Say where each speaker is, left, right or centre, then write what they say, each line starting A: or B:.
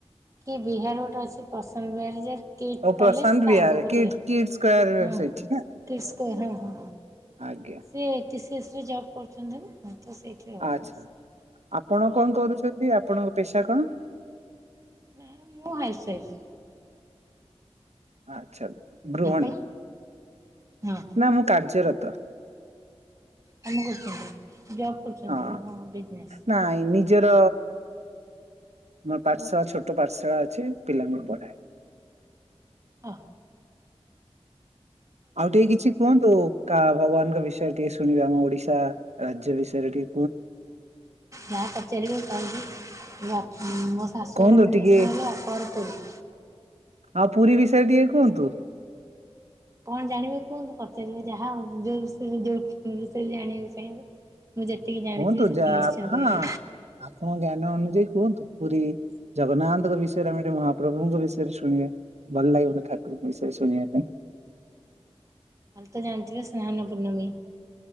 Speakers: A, on the right; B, on the right.
A: କି ବିହାର ଗୋଟେ ଅଛି ପସନ୍ତ ବାରଜ କିଟ
B: ଆଉ
A: କଲେଜ
B: ପ୍ରଶାନ୍ତ
A: ତା
B: ବିହାର
A: ଆଗକୁ
B: କିଡ୍
A: ଟିକେ
B: କିଡ୍ ସ୍କୋୟାର
A: ହଁ
B: ସେଇଠି ନା
A: କିସ୍ ହ ହ
B: ଆଜ୍ଞା
A: ସେ କିସ ତ୍ରିଶି ଜବ୍ କରୁଛନ୍ତି ନା ତ ସେଇଥି ରହୁଛନ୍ତି
B: ଆଚ୍ଛା
A: ସେ
B: ଆପଣ କଣ କରୁଛନ୍ତି ଆପଣଙ୍କ ପେସା କଣ?
A: ନାଇଁ ମୁଁ ହାଇସୱାଇଫ
B: ଆଛା ଗୃହଣୀ
A: ଆପଣ ହଁ
B: ନା ମୁଁ କାର୍ଯ୍ୟରତ। ତ।
A: କାମକରୁଛନ୍ତି ଜବ୍ କରୁଚନ୍ତି
B: ହଁ
A: ନାଁ ବିଜନେସ୍?
B: ନାଇଁ ନିଜର ମ ପାଠଶାଳା ଛୋଟ ପାଠଶାଳା ଅଛି ପିଲାଙ୍କୁ ପଢାଏ
A: <unintelligible> ହ।
B: ଆଉ ଟିକେ କିଛି କୁହନ୍ତୁ କା ଭଗବାନଙ୍କ ବିଷୟ ଟିକେ ଶୁ ଶୁଣିବେ ଆମ ଓଡିଶା ରାଜ୍ୟ ବିଷୟରେ ଟି
A: ଯାହା ପଚାରିବେ କହିବି? ମୋ ଶାଶୁଘର
B: କୁହନ୍ତୁ
A: ଭୁବନେଶ୍ୱର
B: ଟିକେ
A: ହେଲେ ବାପ ଘର ପୁରୀ?
B: ଆଉ ପୁରୀ ବିଷୟରେ ଟିକେ କୁହନ୍ତୁ?
A: କଣ ଜାଣିବେ କୁହନ୍ତୁ ପଚାରିବେ ଯାହା ହଉ ଯୋଉ ବିଷୟରେ ଯୋଉ ବିଷୟରେ ଜାଣିବାକୁ ଚାହିଁବେ ମୁଁ ଯେତିକି ଜାଣିଥିବି
B: କୁହନ୍ତୁ
A: ସେତିକି
B: ଯା
A: ନିଶ୍ଚୟ
B: ହଁ
A: କହିବି
B: ଆପଣଙ୍କ ଜ୍ଞାନ ଅନୁଯାୟୀ କୁହନ୍ତୁ। ପୁରୀ ଜଗନ୍ନାଥଙ୍କ ବିଷୟରେ ଆମେ ମହାପ୍ରଭୁଙ୍କ ବିଷୟରେ ଶୁଣିବା ଭଲ ଲାଗିବ ଠାକୁରଙ୍କ ବିଷୟରେ। ଶଣିବା ପାଇଁ।
A: <unintelligible> କାଲି ତ ଜାଣିଥିବେ ସ୍ନାହାନ ପୂର୍ଣ୍ଣମୀ